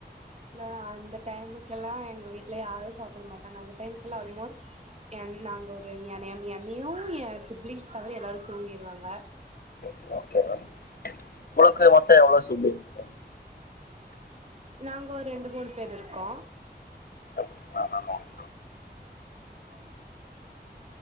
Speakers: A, on the right; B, on the left.
A: இல்ல அந்த டைமுக்கு எல்லாம் எங்க வீட்ல யாரும் சாப்பிட மாட்டாங்க அந்த டைமுக்கு எல்லாம் ஆல்மோஸ்ட் என் நாங்க ஒரு என்னையும் என் சிப்லிங்ஸ் தவிர எல்லாரும் தூங்கிருவாங்க
B: ஓகே ஓகே மேம் உங்களுக்கு மேம் மொத்த எவ்ளோ சிப்லிங்ஸ் மேம்
A: நாங்க ஒரு ரெண்டு மூணு பேர் இருக்கோம்
B: அப்படிங்களா மேம் ஓகே
A: கும்